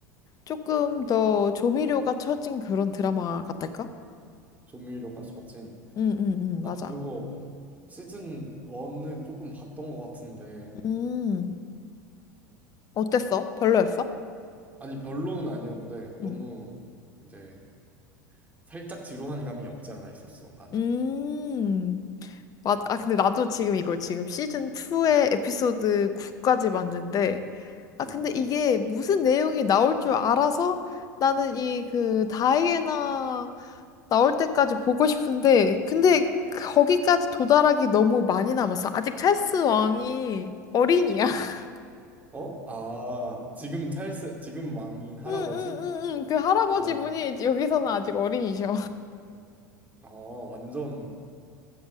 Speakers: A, on the left; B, on the right.
A: 조금 더 조미료가 쳐진 그런 드라마 같달까?
B: 조미료가 젖은
A: 응, 응, 응,
B: 나도
A: 맞아.
B: 그거 시즌 1은 조금 봤던 것 같은데
A: 음, 어땠어? 별로였어?
B: 아니 별로는 아니었는데 너무
A: 응.
B: 이제 살짝 지루한 감이 없지 않아 있었어 나는
A: 음. 맞, 아, 근데 나도 지금 이걸 지금 시즌 2의 에피소드 9까지 봤는데, 아,
B: 응.
A: 근데 이게 무슨 내용이 나올 줄 알아서 나는 이 그 다이애나 나올 때까지 보고 싶은데, 근데 거기까지 도달하기 너무 많이 남았어. 아직 찰스 왕이 어린이야. <laughs>
B: 어? 아 지금 찰스 지금 왕인 할아버지?
A: 응, 응, 응, 응. 그 할아버지
B: 아,
A: 분이 여기서는 아직 어린이셔.
B: 아 완전